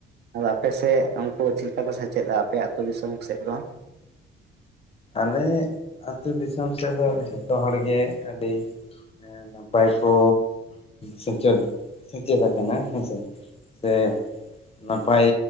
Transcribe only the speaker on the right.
ᱟᱫᱚ ᱟᱯᱮ ᱥᱮᱫ ᱩᱱᱠᱩ ᱪᱮᱫ ᱞᱮᱠᱟ ᱠᱚ ᱥᱮᱪᱮᱫᱟ ᱟᱯᱮ ᱟᱹᱛᱩᱳ ᱫᱤᱥᱚᱢ ᱥᱮᱫ ᱫᱚ